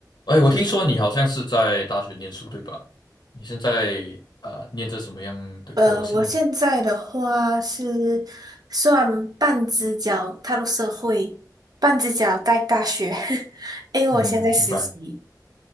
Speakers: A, on the left; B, on the right.
A: 哎，我听说你好像是在大学念书，对吧？你现在啊、呃念着什么样的科系呢？
B: 呃，我现在的话是算半只脚踏入社会，半只脚在大学，<laughs> 因为我现在实习。
A: 嗯，明白。